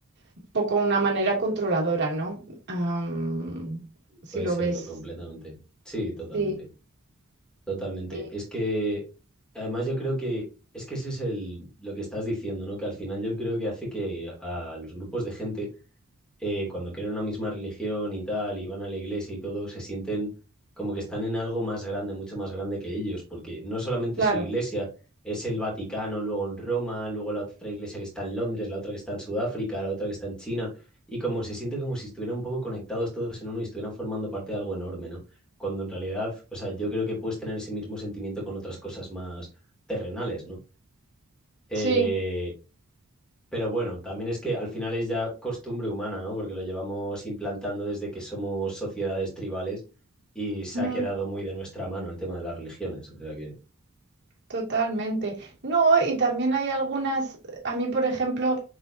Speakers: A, on the right; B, in the centre.
A: un poco una manera controladora, ¿no? Am, si
B: puede
A: lo
B: serlo
A: ves.
B: completamente. Sí, totalmente,
A: Sí,
B: totalmente.
A: sí,
B: Es que, además yo creo que, es que ese es el, lo que estás diciendo, ¿no? Que al final yo creo que hace que a los grupos de gente eh, cuando quieren una misma religión y tal, y van a la iglesia y todo, se sienten como que están en algo más grande, mucho más grande que ellos, porque no solamente
A: claro.
B: es su iglesia, es el Vaticano, luego en Roma, luego la otra iglesia que está en Londres, la otra que está en Sudáfrica, la otra que está en China, y como se siente como si estuvieran un poco conectados todos en uno y estuvieran formando parte de algo enorme, ¿no? Cuando en realidad, o sea, yo creo que puedes tener ese mismo sentimiento con otras cosas más terrenales, ¿no? Eh,
A: Sí.
B: pero bueno, también es que al final es ya costumbre humana, ¿no? Porque lo llevamos implantando desde que somos sociedades tribales y se
A: Mm,
B: ha quedado muy de nuestra mano el tema de las religiones. O sea que,
A: totalmente. No, y también hay algunas, a mí, por ejemplo,